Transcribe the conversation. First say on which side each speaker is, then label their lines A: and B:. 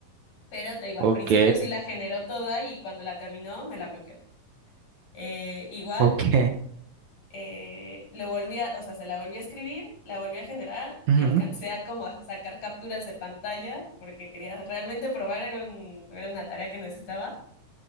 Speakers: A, on the left; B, on the right.
A: Pero te digo, al
B: Ok.
A: principio sí la generó toda y cuando la terminó me la bloqueó. Eh, igual
B: Ok.
A: eh, lo volví a, o sea, se la volví a escribir, la volví a generar
B: ujú,
A: y alcancé a como a sacar capturas de pantalla porque quería realmente probar, era, un, era una tarea que necesitaba